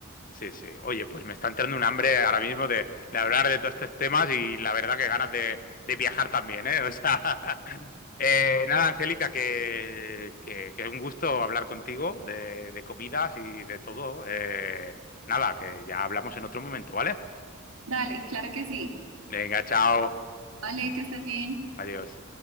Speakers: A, on the left; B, on the right.
A: Sí, sí. Oye, pues me está entrando un hambre ahora mismo de, de hablar de todos estos temas y la verdad que ganas de, de viajar también, ¿eh? O sea, <laughs> eh, nada, Angélica, que, que, que es un gusto hablar contigo de, de comidas y de todo. Eh, nada, que ya hablamos en otro momento, ¿vale?
B: Dale, claro que sí.
A: Venga, chao.
B: Vale, que estés bien.
A: Adiós.